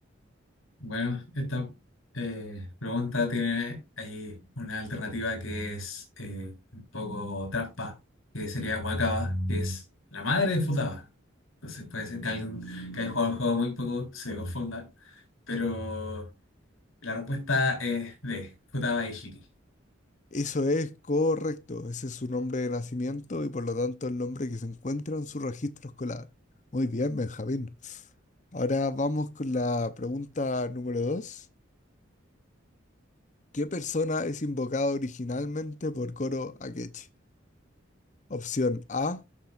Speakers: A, on the left; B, on the left.
A: bueno, esta eh, pregunta tiene ahí una alternativa que es eh, un poco trampa, que sería Wakaba, que es la madre de Futaba. Entonces puede ser que alguien que haya jugado el juego muy poco se confunda, pero la respuesta es D, Futaba Ishiki.
B: Eso es correcto, ese es su nombre de nacimiento y por lo tanto el nombre que se encuentra en su registro escolar. Muy bien, Benjamín. Ahora vamos con la pregunta número 2. ¿Qué persona es invocada originalmente por Koro Akechi? Opción A,